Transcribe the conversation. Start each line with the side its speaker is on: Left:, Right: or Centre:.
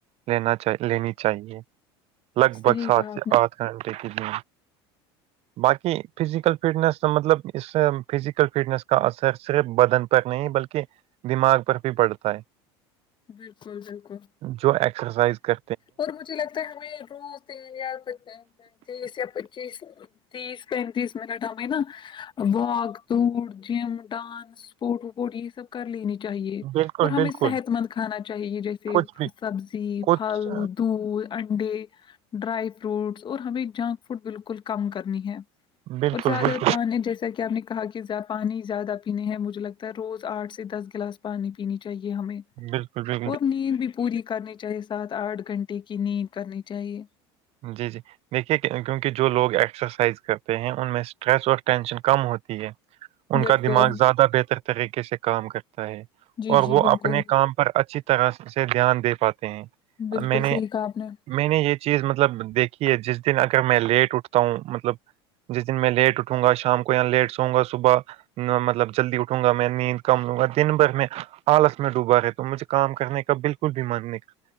Right: لینا چا لینی چاہیے لگ
Left: صحیح
Right: بھگ سات
Left: کہا آپ
Right: سے
Left: نے
Right: آٹھ گھنٹے کی د باقی فزیکل فٹنس مطلب اس فزیکل فٹنس کا اثر صرف بدن پر نہیں بلکہ کے دماغ پر بھی پڑتا ہے
Left: بالکل بالکل
Right: جو ایککسرسائز کر
Left: اور مجھے لگتا ہے ہمیں روز <inaudible> تیس یا پچیس تیس پینتیس منٹ ہمیں نا واک دور جم ڈانسپورٹ وپورٹ یہ سب کر لینی چاہیے
Right: بالکل
Left: اور ہمیں
Right: بالکل
Left: صحت مند کھانا چاہیے جیسے
Right: کچھ بھی
Left: سبزی
Right: کچھ
Left: پھل دودھ انڈے ڈرائی فروٹس اور ہمیں جنک فوڈ بالکل کم کرنی ہے
Right: بالکل
Left: اور زیادہ
Right: بالکل
Left: پانی جیسے سر کیا ہم نے کہا کہ پانی زیادہ پینے ہے مجھے لگتا ہے روز آٹھ سے دس گلاس پانی پینی چاہیے ہمیں
Right: بالکل بالل
Left: اور نیند بھی پوری کرنی چاہیے سات آٹھ گھنٹے کی نیند کرنی چاہیے
Right: جی جی دیکھیے کیونکہ جو لوگ ایکسرسائز کرتے ہیں ان میں اسٹریس اور ٹینشن کم ہوتی ہے ان
Left: بالکل
Right: کا دماغ زیادہ بہتر طریقے سے کام کرتا ہے
Left: جی
Right: اور
Left: جی
Right: وہ
Left: بالکل
Right: اپنے کام پر اچھی طرح سے دھیان دے پاتے ہیں
Left: بالکل
Right: میں نے
Left: صحیح کہا اپ نے
Right: میں نے یہ چیز مطلب دیکھی ہے جس دن اگر میں لیٹ اٹھتا ہوں مطلب جس دن میں لیٹ اٹھوں گا شام کو یہاں لیٹ سووں گا صبح مطلب جلدی اٹھوں گا میں نیند کم لوں گا دن بھر میں آلس میں ڈوبا ہے تو مجھے کام کرنے کا بالکل بھی ماننے کا